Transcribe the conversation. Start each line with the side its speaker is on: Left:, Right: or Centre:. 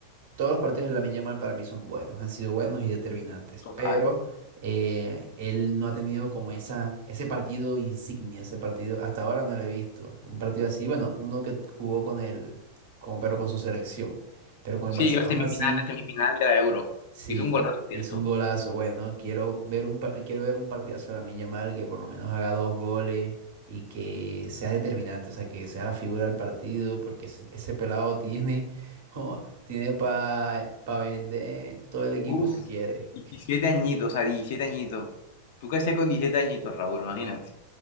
Right: todos los partidos de Lamine Yamal para mí son buenos, han sido buenos y determinantes,
Left: Total.
Right: pero eh, él no ha tenido como esa, ese partido insignia, ese partido, hasta ahora no lo he visto. Un partido así, bueno, uno que jugó con él, con, pero con su selección, pero con el
Left: Sí,
Right: Barcelona
Left: la semifinal,
Right: sí.
Left: la semifinal de la Euro.
Right: Sí,
Left: Hizo un golazo, ¿cierto?
Right: hizo un golazo. Bueno, quiero ver un, par- quiero ver un partidazo de Lamine Yamal que por lo menos haga dos goles y que sea determinante, o sea, que sea la figura del partido, porque ese, ese pelado <laughs> tiene, jo, tiene para vender todo el equipo
Left: Uf.
Right: si quiere.
Left: diecisiete añitos, o sea, 17 añitos. ¿Tú qué hacías con 17 añitos, Raúl? Imagínate.